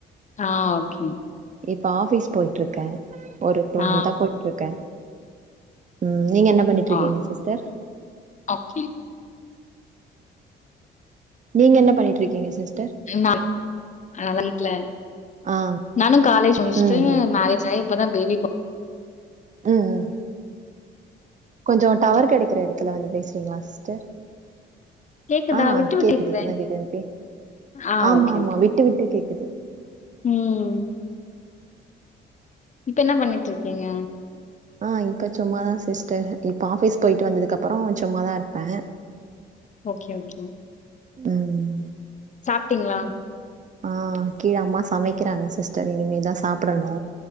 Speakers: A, on the left; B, on the right.
A: ஆ ஓகே
B: இப்ப ஆபீஸ் பொய்ட்ருக்கே ஒரு டூ
A: ஆ
B: மன்தா பொய்ட்ருக்கே ம் நீங்க என்னா பண்ணிட்ருக்கீங்க
A: ஆ.
B: சிஸ்டர்
A: ஓகே
B: நீங்க என்ன பண்ணிட்டு இருக்கீங்க சிஸ்
A: <unintelligible> அதா வீட்ல
B: ஆ
A: நானு காலேஜ் முடிச்சுட்டு
B: ம் ம் ம்
A: மேரேஜ் ஆயி இப்பதா பேபி பொற
B: ம் கொஞ்ச டவர் கெடைக்கிற எடத்துல வந்து பேசுறீங்களா சிஸ்டர்
A: கேக்குதா
B: ஆ
A: விட்டு விட்டு
B: கேக்குது
A: கேக்குதே
B: இப்பதா கேக்குது இப்பி
A: ஆ
B: ஆமா
A: ஓகே
B: ஆமா
A: ஓகே
B: விட்டு விட்டு கேக்கு குது
A: ம் இப்ப என்ன பண்ணிட்டு இருக்கீங்க
B: ஆ இப்ப சும்மாதா சிஸ்டர் இப்ப ஆஃபிஸ் போயிட்டு வந்ததுக்கு அப்பறோ சும்மாதா இருப்பே
A: ஓகே ஓகே
B: ம்
A: சாப்டீங்களா
B: ஆ கீழ அம்மா சமைக்கிறாங்க சிஸ்டர் இனிமேதா சாப்புடணு